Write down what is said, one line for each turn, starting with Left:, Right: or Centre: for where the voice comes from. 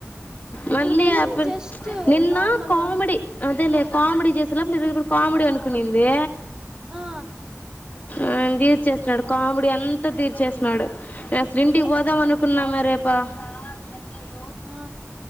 Left: మళ్ళీ
Right: ఇప్పుడు
Left: యాప్పన్
Right: జస్ట్
Left: నిన్నా
Right: నార్మల్గా
Left: కామిడి అదేలె కామెడి జేసేలోప్ <unintelligible> కామ్డీ అనుకొనింది.
Right: ఆ.
Left: ఆయ్న్ దీర్చేస్నాడు కామ్డీ అంతా తీర్చేస్నాడు నే అస్లింటిక్
Right: అదే
Left: బోదామనుకున్నా మె రేప. <unintelligible> <inaudible>
Right: ఆ.